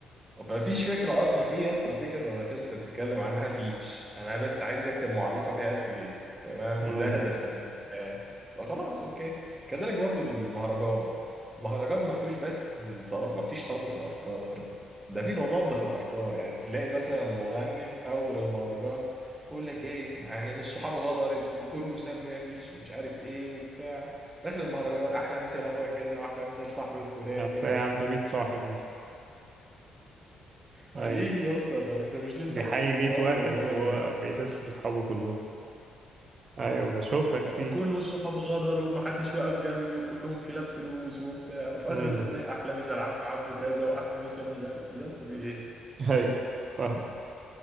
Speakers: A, on the right; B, on the right.
A: فمفيش فكرة أصلا إيه يا اسطى الفكرة الرئيسية اللي أنت بتتكلم عنها مفيش أنا بس عايز أكتب معلقة فيها ألف بيت تمام
B: امم
A: ده هدفي من الحياة فخلاص أوكي كذلك برضو المهرجان المهرجان مفهوش بس تر- مفيش ترابط في الأفكار ده في تضاد في الأفكار يعني تلاقي مثلا مغني في أول المهرجان يقول لك إيه يعني إن الصحاب غدرت وكله سابني مفيش ومش عارف إيه وبتاع في آخر المهرجان أحلى مثال أخويا كذا وأحلى مثال صاحبي الفلاني
B: هتلاقي
A: والعلاني
B: عنده 100 صاحب مثلا
A: ايه
B: ايوه
A: يا اسطى طب انت مش لسه
B: بيحيي
A: في اول
B: 100
A: في اول
B: واحد
A: الاغنيه
B: وهو
A: إن-
B: بيدس في صحابه كلهم ايوه بشوفها كتير
A: وكل الصحاب غدر ومحدش واقف جنبي وكلهم كلاب فلوس وبتاع وفي
B: امم
A: اخر الاغنيه احلى مثال عبد عبده كذا واحلى مثال مش عارف إيه. يا اسطى في ايه
B: ايوه فاهم.